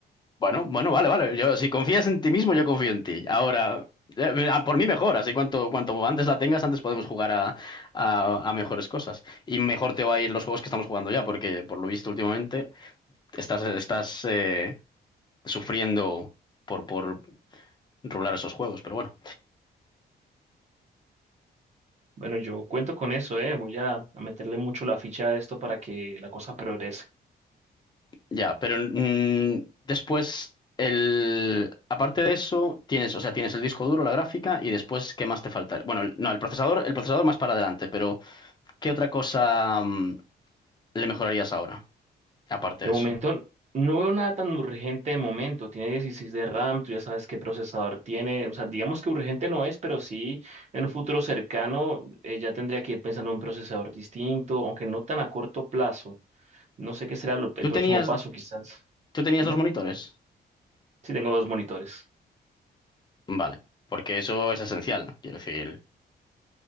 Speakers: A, on the left (about 25°); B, on the right (about 40°).
A: Bueno, bueno, vale, vale. Yo, si confías en ti mismo, yo confío en ti. Ahora, eh, ah, por mí mejor, así cuanto, cuanto antes la tengas, antes podemos jugar a, a- a mejores cosas. Y mejor te va a ir los juegos que estamos jugando ya, porque por lo visto últimamente estás, estás eh, sufriendo por, por rolar esos juegos, pero bueno,
B: Bueno, yo cuento con eso, ¿eh? Voy a, a meterle mucho la ficha a esto para que la cosa progrese.
A: ya. Pero mm, después, el, aparte de eso, tienes, o sea, tienes el disco duro, la gráfica, y después, ¿qué más te falta? Bueno, el- no, el procesador, el procesador más para adelante, pero ¿qué otra cosa? mm, le mejorarías ahora, aparte
B: De
A: de
B: momento,
A: eso.
B: no veo nada tan urgente de momento. Tiene 16 de RAM, tú ya sabes qué procesador tiene. O sea, digamos que urgente no es, pero sí en un futuro cercano eh, ya tendría que ir pensando en un procesador distinto, aunque no tan a corto plazo. No sé qué será lo- el
A: ¿Tú
B: próximo
A: tenías,
B: paso, quizás.
A: tú tenías
B: Dime.
A: dos monitores?
B: Sí, tengo dos monitores.
A: Vale, porque eso es esencial, quiero decir.